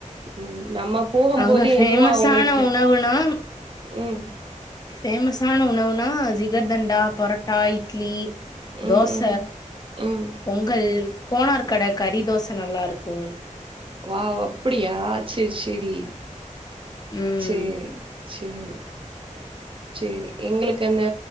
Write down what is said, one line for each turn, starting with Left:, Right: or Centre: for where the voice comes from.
Right: ம் நம்ம போகம்போது
Left: அங்க ஃபேமஸான
Right: எதுவு அவங்களுக்கு
Left: உணவுனா
Right: ம்
Left: ஃபேமஸான உணவுனா ஜிகர்தண்டா பரோட்டா இட்லி
Right: ம்
Left: தோச
Right: ம் ம்
Left: பொங்கல் கோனார் கட கறி தோச நல்லாருக்கு
Right: வாவ் அப்புடியா செரி செரி
Left: ம்
Right: சேரி சேரி சேரி எங்ளுக்கு அந்த